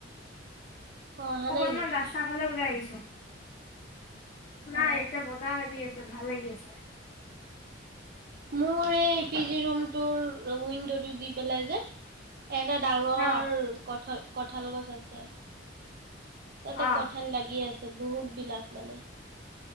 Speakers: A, on the right (about 50°); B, on the left (about 45°).
A: অ অহা
B: অকনমান
A: নাই নেকি
B: ৰাস্তা ফালে ওলাই আহিছো। নাই
A: অ
B: এতিয়া বতাহ দি আছে। ভাল লাগি আছে।
A: মোৰ এই পি জি ৰুমটোৰ উইণ্ডোটো দি পেলাই যে এটা ডাঙৰ
B: ন
A: কঠাল গছ আছে তাতে
B: অ
A: কঠাল লাগি আছে বহুত বিলাক মানে।